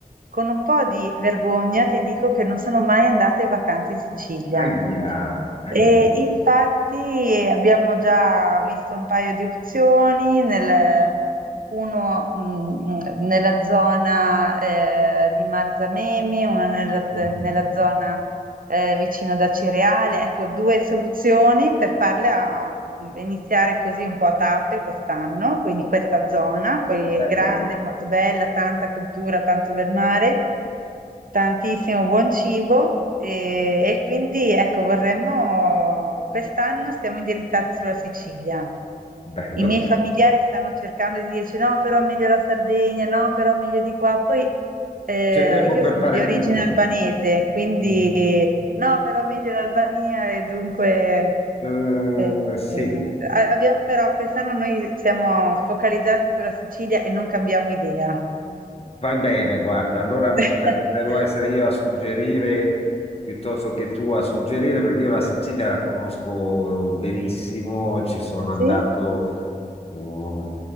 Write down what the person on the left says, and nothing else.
Aia, aia.
Mm,
Bello,
bello.
C'è tempo
per
fare
tutto.
Mm.
Eh,
sì,
vai bene, guarda. Allora mi
sa che devo essere io a suggerire piuttosto che tu a suggerire, perché io la Sicilia la conosco benissimo, ci sono
andato oh,